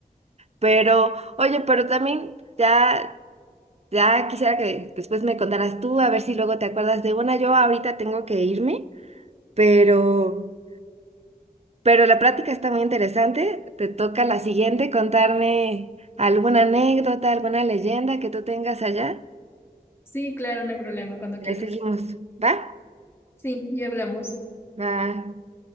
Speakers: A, on the right (about 45°); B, on the left (about 15°).
A: pero, oye, pero también ya, ya quisiera que después me contaras tú, a ver si luego te acuerdas de una. Yo ahorita tengo que irme. pero, pero la práctica está muy interesante. Te toca la siguiente contarme alguna anécdota, alguna leyenda que tú tengas allá.
B: Sí, claro, no hay problema cuando
A: le
B: quieras.
A: seguimos, ¿va?
B: Sí, ya hablamos.
A: Va.